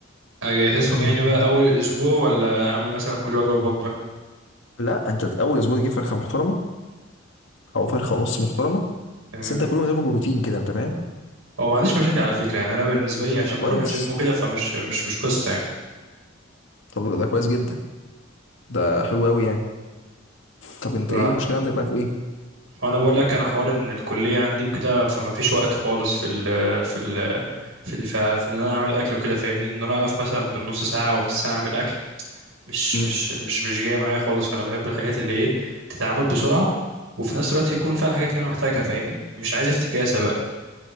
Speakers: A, on the right; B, on the left.
A: اجهزهم
B: الحاجات
A: يعني بقى اول الاسبوع ولا اعمل مثلا كل وجبه بوجبه
B: لا انت اول اسبوع تجيب فرخه محترمه او فرخه ونص محترمه
A: تمام
B: بس انت كل يوم تاكل بروتين كده انت فاهم
A: هو ما عنديش مشاكل على فكره يعني انا بالنسبه لي
B: طب
A: عشان
B: ده كويس
A: بروح الجيم وكده فمش مش مش قصه يعني
B: طب ده كويس جدا ده حلو قوي يعني طب انت
A: ف-
B: ايه المشكله عندك بقى في ايه
A: وانا بقول لك انا حوار ان الكليه عندي وكده فما فيش وقت خالص في ال في ال في ال في ان انا اعمل اكل وكده فاهمني ان انا اقف مثلا بالنص ساعه او بالساعه اعمل اكل مش
B: مم.
A: مش مش مش جايه معايا خالص فانا بحب الحاجات اللي ايه تتعمل بسرعه وفي نفس الوقت يكون فيها الحاجات اللي انا محتاجها فاهمني مش عايز افتكاسه بقى